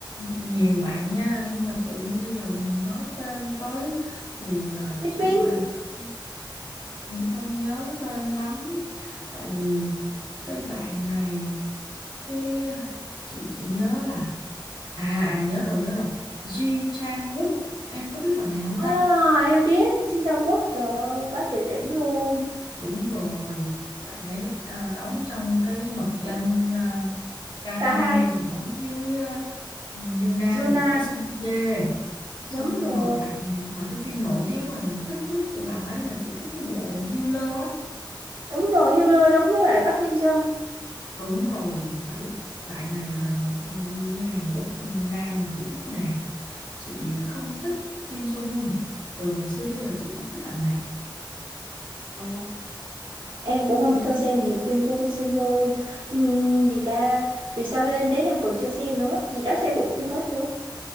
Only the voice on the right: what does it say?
Bin
à,
em biết Ji Jong Quốc trời ơi quá trời đỉnh luôn
cả hai
Juna
đúng rồi
đúng rồi Hiller đóng với lại Bắc Minh Trân
Ờ, em cũng không
có
xem nhiều phim của Queen Sim luôn Ừm, gì ta vì sao đến đến em còn chưa xem nữa gì đã xem bộ phim đó chưa